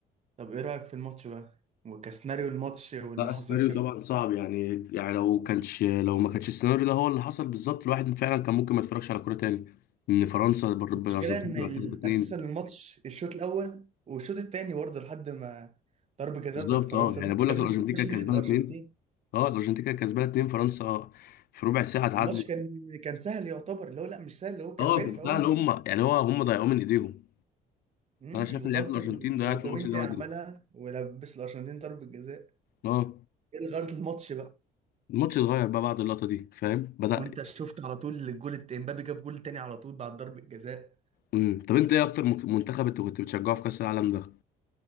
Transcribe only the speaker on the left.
لا السيناريو
طبعا صعب يعني يعني لو كانش لو ما كانش السيناريو ده هو اللي حصل بالظبط الواحد فعلا كان ممكن ما يتفرجش على كوره تاني ان فرنسا بر-
بالارجنتين
تبقى
كسبه اتنين
بالظبط
اه يعني
بقول
لك الارجنتين
كانت
كسبانه
اتنين اه الارجنتين كانت كسبانه اتنين فرنسا آه، في ربع ساعه اتعادلت
اه
كان
سهل
هم يعني هو هم ضيعوه من ايديهم
انا شايف
ان لعيبه الارجنتين
ضيعت
الماتش ده بدري
اه
الماتش اتغير بقى بعد اللقطه دي فاهم بدأ
امم طب انت ايه اكتر مك- منتخب انت كنت بتشجعه في كاس العالم ده